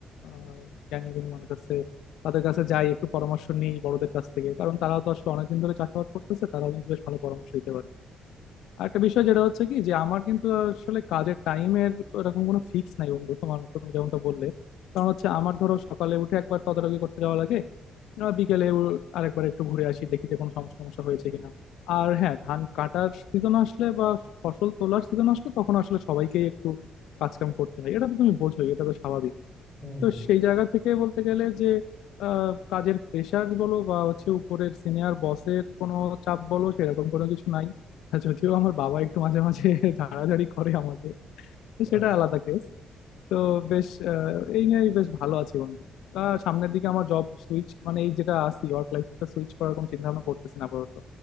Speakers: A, on the left (about 85°); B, on the left (about 15°).
A: আহ, জ্ঞানী গুণী মানুষ আছে তাদের কাছে যাই একটু পরামর্শ নিই বড়দের কাছ থেকে কারণ তারা তো আসলে অনেকদিন ধরে চাষাবাদ করতেছে তারা কিন্তু বেশ ভালো পরামর্শ দিতে পারে আরেকটা বিষয় যেটা হচ্ছে কি যে আমার কিন্তু আসলে কাজের টাইমের এরকম কোনো ফিক্স নাই বন্ধু তোমার মতো তুমি যেমনটা বললে কারণ হচ্ছে আমার ধরো সকালে উঠে একবার তদারকি করতে যাওয়া লাগে আহ বিকেলে ও আরেকবার একটু ঘুরে আসি দেখি যে কোনো সম- সমস্যা হয়েছে কিনা আর হ্যাঁ ধান কাটার সিজন আসলে বা ফসল তোলার সিজন আসলে তখন আসলে সবাইকেই একটু কাজকাম করতে হয় এটা তো তুমি বোঝোই এটা তো স্বাভাবিক
B: হুম
A: তো
B: হুম
A: সেই জায়গা থেকে বলতে গেলে যে আহ, কাজের প্রেশার বলো বা হচ্ছে উপরের সিনিয়র বসের কোনো চাপ বলো সেরকম কোনো কিছু নাই আর যদিও আমার বাবা একটু মাঝে মাঝে <laughs> ঝাড়াঝাড়ি করে আমাকে তো সেটা
B: আচ্ছা
A: আলাদা কেস তো বেশ আহ, এই নিয়েই বেশ ভালো আছি বন্ধু তা সামনের দিকে আমার জব সুইচ মানে এই যেটা আছি ওয়ার্ক লাইফটা সুইচ করার কোনো চিন্তা ভাবনা করতেছি না আপাতত